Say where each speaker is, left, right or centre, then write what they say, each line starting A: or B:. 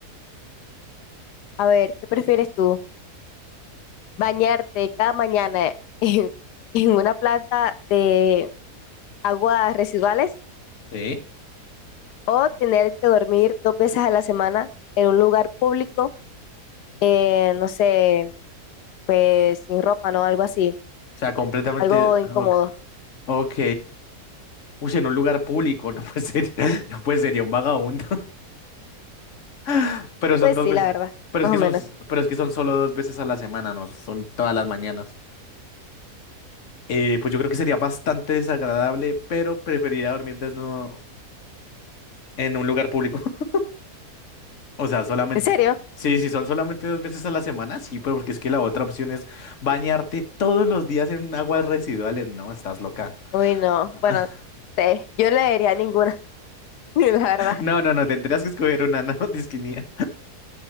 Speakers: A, on the left; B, on the left.
A: A ver, ¿qué prefieres tú? ¿Bañarte cada mañana <laughs> en, en una planta de aguas residuales
B: Sí.
A: o tener que dormir dos veces a la semana en un lugar público, eh, no sé, pues sin ropa, ¿no? Algo así,
B: O sea, completamente.
A: algo incómodo.
B: Ok. ok. Uy, en un lugar público, <laughs> no puede ser, <laughs> no puede sería un vagabundo. <laughs> Pero son
A: Pues
B: dos
A: sí,
B: veces.
A: la verdad,
B: Pero
A: más
B: es que
A: o
B: son,
A: menos.
B: pero es que son solo dos veces a la semana, no son todas las mañanas. Eh, pues yo creo que sería bastante desagradable, pero preferiría dormir desnudo en un lugar público. <laughs> O sea, solamente.
A: ¿En serio?
B: Sí, si son solamente dos veces a la semana, sí, pero porque es que la otra opción es bañarte todos los días en aguas residuales. No, estás loca.
A: Uy, no.
B: <laughs>
A: Bueno, sé, yo no le diría ninguna, <laughs> la verdad.
B: No, no, no, tendrías que escoger una, no, <laughs> disquini-